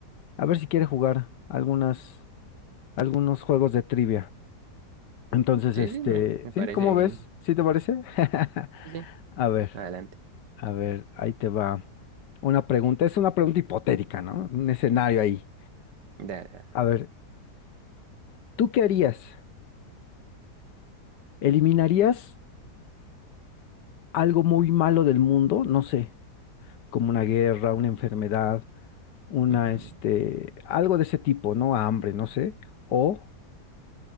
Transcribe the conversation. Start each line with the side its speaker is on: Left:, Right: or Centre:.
Left: a ver si quiere jugar algunas. algunos juegos de trivia. Entonces,
Right: Sí,
Left: este,
Right: sí, me, me
Left: ¿sí?
Right: parece
Left: ¿Cómo
Right: bien.
Left: ves? ¿Sí te parece? <laughs>
Right: Sí, sí.
Left: A ver,
Right: adelante.
Left: a ver, ahí te va una pregunta. Es una pregunta hipotética, ¿no? Un escenario ahí.
Right: Dale, dale.
Left: A ver, ¿tú qué harías? ¿Eliminarías algo muy malo del mundo? No sé, como una guerra, una enfermedad, una,
Right: Ujú.
Left: este, algo de ese tipo, ¿no? Hambre, no sé. ¿O